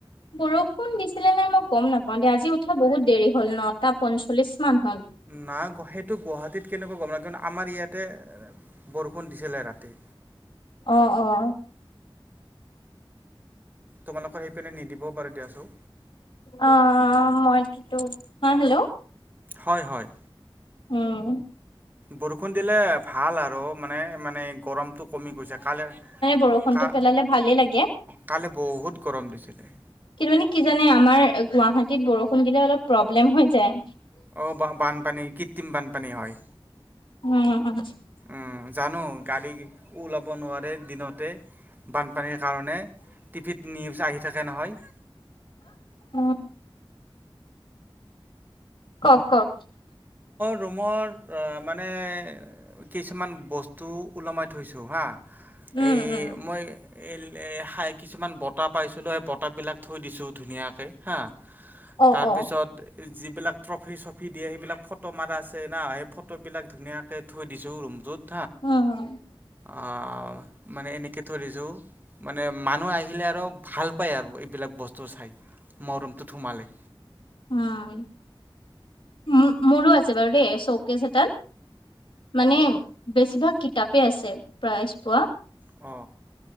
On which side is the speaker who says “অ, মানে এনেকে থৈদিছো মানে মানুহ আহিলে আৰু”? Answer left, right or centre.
Right